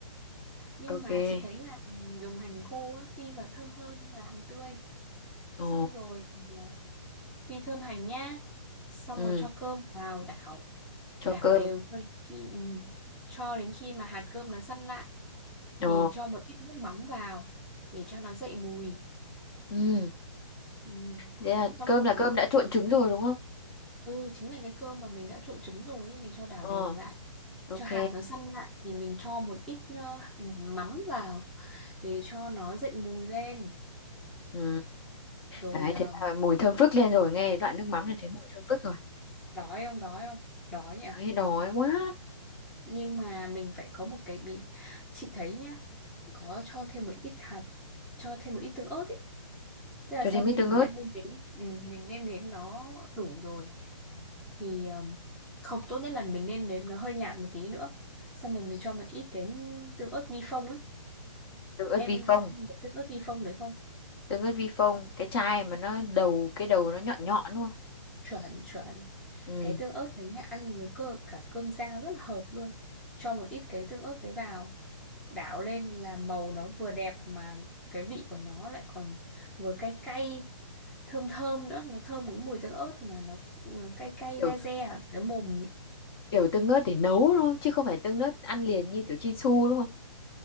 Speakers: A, in the centre; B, on the left.
A: nhưng
B: Ok.
A: mà chị thấy là dùng hành khô á, phi vào thơm hơn là hành tươi
B: Ồ,
A: xong rồi mình ờ, phi thơm hành nhá xong
B: ừ,
A: rồi cho cơm vào đảo
B: cho
A: đảo
B: cơm.
A: đều cho đến khi ừ, cho đến khi mà hạt cơm nó săn lại thì
B: Ồ,
A: cho một ít nước mắm vào để cho nó dậy mùi
B: ừ.
A: ừ.
B: Thế là
A: xong
B: cơm
A: rồi
B: là cơm đã trộn trứng rồi đúng không?
A: ừ chính là cái cơm mà mình đã trộn trứng rồi ấy, mình cho đảo
B: Ờ,
A: đều lại
B: ok.
A: cho hạt nó săn lại thì mình cho một ít ờ, mắm vào để cho nó dậy mùi lên
B: Ừ.
A: rồi
B: Đấy,
A: ờ,
B: thế là mùi thơm phức lên rồi nghe đoạn nước mắm là thấy mùi thơm phức rồi
A: đói không đói không đói nhỉ
B: Ôi, đói quá
A: nhưng mà mình phải có một cái bị chị thấy nhá có cho thêm một ít hạt cho thêm một ít tương ớt ấy tức là
B: cho
A: sau
B: thêm
A: khi
B: ít tương
A: mình
B: ớt
A: đã nêm nếm ừ, mình nêm nếm nó đủ rồi thì ừm, không tốt nhất là mình nên nếm nó hơi nhạt một tí nữa xong rồi mình cho một ít cái tương ớt vi phong ấy
B: tương ớt
A: em
B: vi phong
A: có ăn cái tương ớt vi phong đấy không
B: tương ớt vi phong cái chai mà nó đầu cái đầu nó nhọn nhọn đúng không
A: chuẩn chuẩn
B: ừ.
A: cái tương ớt đấy nhá ăn với cơ cả cơm rang rất là hợp luôn cho một ít cái tương ớt đấy vào đảo lên là màu nó vừa đẹp mà cái vị của nó lại còn vừa cay cay thơm thơm nữa nó thơm một cái mùi tương ớt mà nó nó cay cay
B: kiểu
A: re re ở cái mồm
B: kiểu tương ớt để nấu thôi chứ không phải tương ớt ăn liền như kiểu Chinsu đúng không